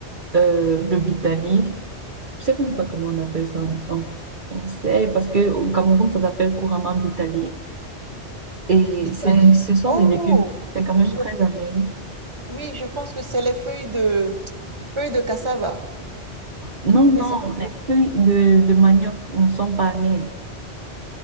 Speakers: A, on the right; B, on the right.
A: euh, le bitalif. Je sais même pas comment on appelle ça en, en français, parce que au Cameroun, ça s'appelle couramment bitalif. Et
B: Bitalif.
A: c'est, ce sont
B: Oh,
A: des légumes, c'est quand même
B: je,
A: très amer.
B: oui, je pense que c'est les feuilles de, feuilles de cassava.
A: Non,
B: Ou
A: non,
B: bien c'est pas
A: les
B: ça.
A: feuilles de, de manioc ne sont pas amères.